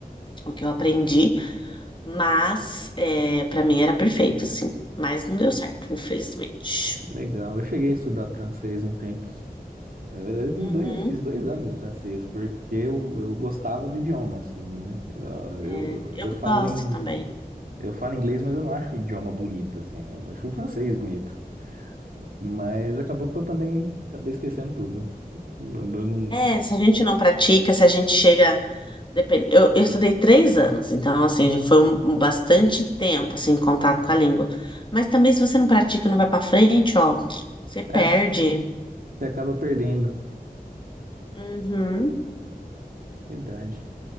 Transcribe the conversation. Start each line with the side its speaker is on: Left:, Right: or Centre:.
Left: o que eu aprendi, mas é, para mim era perfeito, assim. Mas não deu certo, infelizmente.
Right: que legal. Eu cheguei a estudar francês um tempo. Na verdade, eu fiz
Left: Uhum.
Right: dois, fiz dois anos de francês, porque eu, eu gostava do idioma, assim, né? Eu,
Left: É,
Right: eu,
Left: eu
Right: eu falo
Left: gosto
Right: em,
Left: também.
Right: eu falo inglês, mas eu não acho o idioma bonito, assim. Eu acho o francês bonito. Mas acabou que eu também acabei esquecendo tudo. Eu, eu não,
Left: É, se a gente não pratica, se a gente chega Depende. Eu, eu estudei três anos, então, assim, já foi um, um bastante tempo, assim, em contato com a língua. Mas também, se você não pratica e não vai pra frente, ó, você perde.
Right: é, você acaba perdendo.
Left: Uhum.
Right: Verdade.